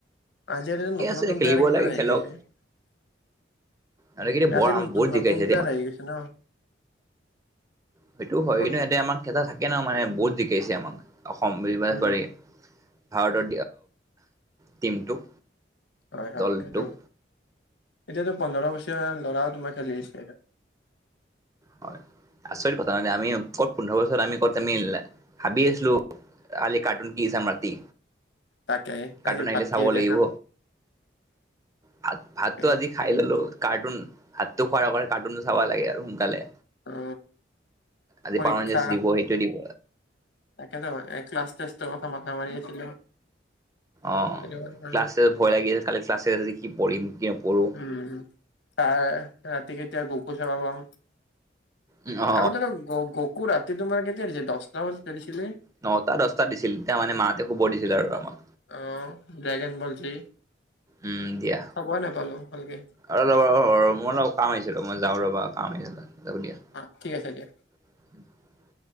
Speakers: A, on the left; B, on the right.
A: আজি আৰু
B: ঠিকে
A: এজন নতুন
B: আছে
A: নতুন
B: খেলিব
A: প্লেয়াৰ কিমান
B: লাগে
A: আহি
B: খেলক
A: গৈছে। তাকে
B: আৰু কিন্তু বৰ
A: আজি এটা ন
B: বহুত জিকাইছে
A: নতুন প্লেয়াৰ
B: দেই
A: আহি গৈছে ন।
B: সেইটো হয়
A: ক'ত
B: কিন্তু এতে আমাক এটা থাকে ন মানে বহুত জিকাইছে আমাক অসম
A: উম
B: পাৰি। ভাৰতৰ টিমটোক।
A: হয় হয়
B: দলটোক
A: সেইটো এতিয়াতো পোন্ধৰ বছৰ ল'ৰাও তোমাৰ খেলিছে।
B: হয় আচৰিত কথা নাই আমি কত পোন্ধৰ বছৰত আমি কত আমি হাবি আছিলো। আলি কাৰ্টুন কি দাম ৰাতি।
A: তাকে
B: কাৰ্টুন
A: আজি
B: আহিলে
A: ভাত
B: চাব
A: কিহেৰে
B: লাগিব
A: খাম
B: ভাত ভাতটো
A: তাকে
B: আজি, খাই ললো কাৰ্টুন ভাতটো খোৱাৰ আগতে কাৰ্টুনো চাব লাগে আৰু সোনকালে।
A: অ
B: আজি
A: পৰীক্ষা
B: পাৱঞ্জেছ দিব সেইটোযে দিব।
A: তাকেতো ক্লা টেষ্ট কথা মাথা মাৰি আছিলো।
B: অ
A: সেইটো কাৰণে
B: ক্লাছ ভয় লাগি আছে কালি ক্লাছ কি পঢিম কি নপঢ়ো।
A: উম তাৰ ৰাতি কে এতিয়া গকু চাবা পাম।
B: উম, অ
A: আগতে গ গকু ৰাতি তোমাৰ কেতিয়াৰিছে দহটা বজাত দিছিলে।
B: নটা দহটা দিছিল তেতিয়া মানে মাহঁতে শুব দিছিল আৰু আমাক।
A: অ ড্ৰোগেন ব যি।
B: উম দিয়া।
A: চাবই নাপালো ভালকে
B: ৰ মই অলপ কাম আহিছে ৰ মই যাওঁ ৰ'বা কাম আহছে যাব দিয়া।
A: অ ঠিক আছে দিয়া।
B: <inaudible>